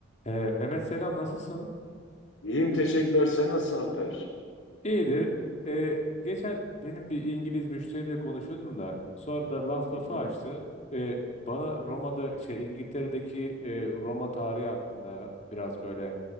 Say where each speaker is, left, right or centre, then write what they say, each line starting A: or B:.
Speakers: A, on the left; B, on the left.
A: Ee, Mehmet selam nasılsın?
B: İyiyim teşekkürler. Sen nasılsın Alper?
A: İyidir. Ee, geçen benim bir İngiliz müşteriyle konuşuyordum da sonra da laf
B: Hı
A: lafı
B: hı,
A: açtı. Ee, bana Roma'da şey İngiltere'deki e, Roma tarihi hakkında biraz böyle